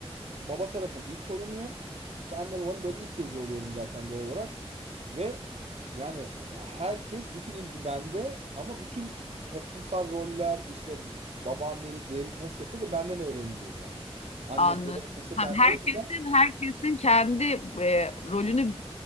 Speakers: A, on the right; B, on the left.
A: baba tarafın ilk torunuyum. İşte anne babanın böyle ilk çocuğu oluyorum zaten doğal olarak. Ve yani herkes bütün ilgi bende ama bütün toplumsal roller işte babaannelik, dedelik nasıl yapılır da benden öğreniliyor yani. Annelik,
B: Anladım.
A: babalık nasıl
B: Hem
A: ben
B: herkesin
A: o yüzden
B: herkesin kendi e, rolünü